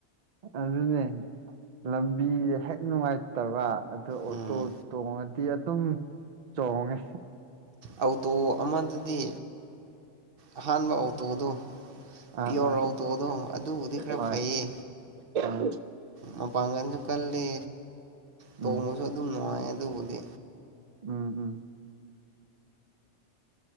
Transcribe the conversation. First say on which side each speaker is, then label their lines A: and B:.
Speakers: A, on the right; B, on the right.
A: ꯑꯗꯨꯅꯦ ꯂꯝꯕꯤ ꯍꯦꯛ ꯅꯨꯡꯉꯥꯏ ꯐꯠꯇꯕ ꯑꯗꯨ ꯑꯣꯇꯣ
B: ꯎꯝ
A: ꯇꯣꯡꯉꯗꯤ ꯑꯗꯨꯝ ꯆꯣꯡꯉꯦ
B: ꯑꯧꯇꯣ ꯑꯃꯗꯨꯗꯤ ꯑꯍꯥꯟꯕ ꯑꯧꯇꯣꯗꯣ ꯄꯤꯌꯣꯔ
A: ꯑꯥ ꯑꯥ
B: ꯑꯧꯇꯣꯗꯣ ꯑꯗꯨꯕꯨꯗꯤ ꯈꯔ
A: ꯍꯣꯏ
B: ꯐꯩꯌꯦ
A: ꯑꯥ
B: ꯃꯄꯥꯡꯒꯜꯁꯨ ꯀꯜꯂꯤ ꯇꯣꯡꯕꯁꯨ
A: ꯎꯝ
B: ꯑꯗꯨꯝ ꯅꯨꯡꯉꯥꯏ ꯑꯗꯨꯕꯨꯗꯤ
A: ꯎꯝ ꯎꯝ